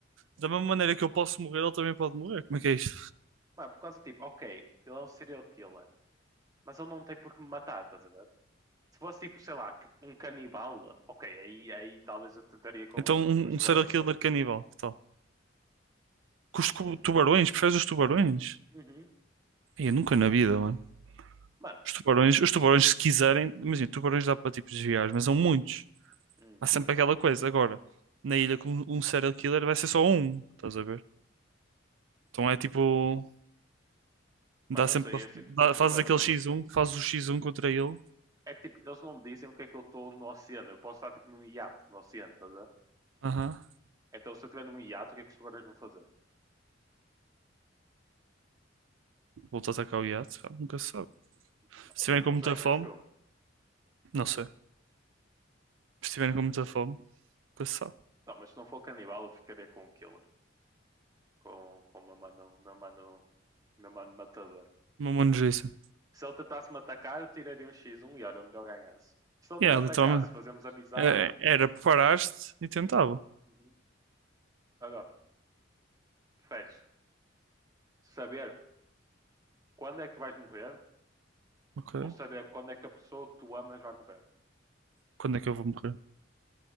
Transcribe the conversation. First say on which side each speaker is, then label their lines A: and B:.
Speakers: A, on the right (about 80°); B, on the right (about 20°).
A: Da mesma maneira que eu posso morrer, ele também pode morrer. Como é que é isto?
B: Mano, por causa tipo, ok, ele é um serial killer, mas ele não tem por que me matar, estás a ver? Se fosse tipo, sei lá, que- um canibal, ok, aí, aí talvez eu tentaria com,
A: Então,
B: com
A: um,
B: os tubarões.
A: um serial killer caníbal, que tal? Com os tu-
B: Hum.
A: tubarões, preferes os tubarões?
B: Uhum.
A: Ai, nunca na vida, mano.
B: Mano,
A: Os tubarões, os tubarões, se quiserem, imagina, tubarões dá para tipo desviar, mas são muitos.
B: hum.
A: Há sempre aquela coisa. Agora, na ilha com um serial killer vai ser só um, estás a ver? Então é tipo, dá
B: Mano,
A: sempre,
B: não sei,
A: pra-
B: eu sinto
A: dá,
B: que os tubarões
A: fazes aquele X1, fazes o X1 contra ele.
B: é que tipo, eles não me dizem o que é que eu estou no oceano. Eu posso estar tipo num iate no oceano, estás a ver?
A: Aham.
B: Então se eu estiver num iate, o que é que os tubarões vão fazer?
A: Volta a atacar o iate, pá, nunca se sabe.
B: Mano,
A: Se estiverem
B: eles não conseguem,
A: com muita fome,
B: acho eu.
A: não sei. Se estiverem com muita fome, nunca se sabe.
B: Não, mas se não for canibal, eu ficaria com o killer, com, com o meu mano, meu mano, meu mano matador.
A: uma mano Jason.
B: Se ele tentasse me atacar, eu tiraria um x um e olha, o melhor ganhasse. Se ele não
A: Yeah,
B: me atacasse,
A: literalmente.
B: fazemos amizade.
A: É, Era, preparaste e tentava.
B: Uhum. Agora, Preferes saber quando é que tu vais morrer
A: Ok.
B: ou saber quando é que a pessoa que tu amas vai morrer?
A: Quando é que eu vou morrer?